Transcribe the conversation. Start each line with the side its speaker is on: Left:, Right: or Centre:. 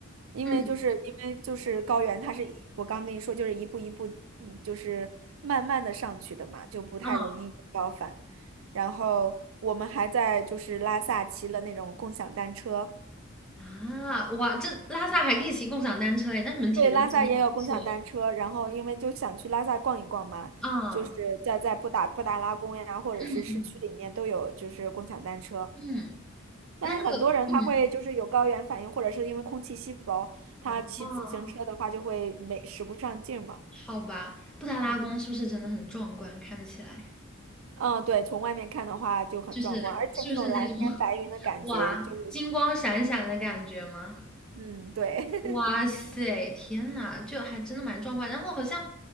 Right: 因为就是因为就是高原，
Centre: 嗯
Right: 它是一我刚跟你说，就是一步一步，嗯，就是慢慢的上去的嘛，就不太容易有高反。
Centre: 啊
Right: 然后我们还在就是拉萨骑了那种共享单车，
Centre: 啊，哇，这拉萨还可以骑共享单车哎，那你们体力真的还不错
Right: 对，拉萨也有共享单车。然后因为就想去拉萨逛一逛嘛，
Centre: 啊。
Right: 就是在在布达布达拉宫呀，或者是市区里面都有就是共享单车。
Centre: 嗯嗯嗯，
Right: 但是很多人他会就是有高原反应，
Centre: 那那个嗯，
Right: 或者是因为空气稀薄，他骑自行车的话就会没使不上劲儿嘛。
Centre: 哦好吧，布达拉宫是不是真的很壮观？
Right: 嗯
Centre: 看起来
Right: 嗯，对，从外面看的话就很壮观，
Centre: 就是是不是那种
Right: 而且那种蓝天白云的感觉就是，
Centre: <laughs> 哇金光闪闪的感觉吗？
Right: 嗯，对，<laughs>
Centre: 哇塞，天呐，就还真的蛮壮观。然后好像